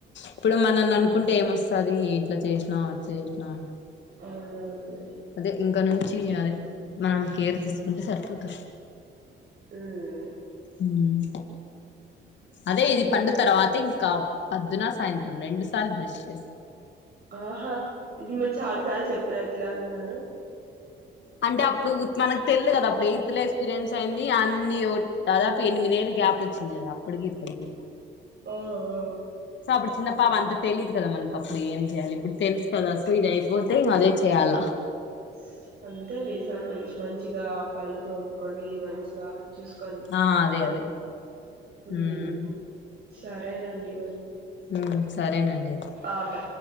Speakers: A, on the left; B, on the right.
A: ఇప్పుడు మనల్ని అనుకుంటే ఏమొస్తది ఇంట్లా చేసినావు అట్లా చేసినావు
B: అవునవునలే
A: అదే ఇంకా నుంచి అదే మనం కేర్ తీసుకుంటే సరిపోతుంది
B: ఉమ్.
A: హ్మ్ అదే ఇది పండు తర్వాత ఇంకా పద్దున సాయంత్రం రెండు సార్లు బ్రష్ చేస్
B: ఆహా ఇది మీరు చాలా సార్లు చెప్పినట్లా అన్నారు
A: అంటే అప్పుడు మనకు తెల్దు కదా అప్పుడు ఎయిత్ లెస్ ఎక్స్పీరియన్స్ అయింది. నీ ఓట్ దాదాపు ఎనిమిదేళ్ళ గ్యాప్ వచ్చింది గదా అప్పడకి ఇప్పడకిీ
B: ఓహోహ్
A: సో అబ్బుడు చిన్న పాప అంత తెలీదు కదా మనకి అప్పుడు ఏం చేయాలి ఇప్పుడు తెలుసు కదా సో ఇది అయిపోతే ఇంక అదే చేయాలా.
B: స్ అంతే లే సార్ మంచ్ మంచిగా పళ్ళు తోమ్ముకొని మంచిగా చూసుకనీ
A: ఆ అదే అదే
B: ఉమ్.
A: ఉహ్
B: సరేనండి
A: ఉహ్ సరేనండి అయితే
B: బాబే